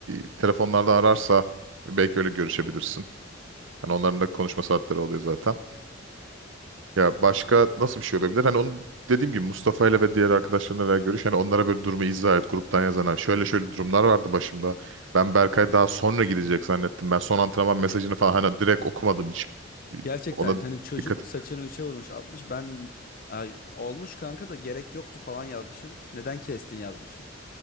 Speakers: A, on the right; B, on the left.
A: e, telefonlardan ararsa belki öyle görüşebilirsin. Hani onların da konuşma saatleri oluyor zaten. Ya başka nasıl bir şey olabilir? Hani onu dediğim gibi Mustafa ile ve diğer arkadaşlarına da görüş. Hani onlara böyle durumu izah et gruptan yazana. Şöyle şöyle durumlar vardı başımda. Ben Berkay daha sonra gidecek zannettim. Ben son antrenman mesajını falan hani direkt okumadım hiç.
B: Gerçekten
A: Ona
B: hani çocuk
A: dikkat.
B: saçını üçe vurmuş atmış ben ay, olmuş kanka da gerek yoktu falan yazmışım. Neden kestin yazmışım.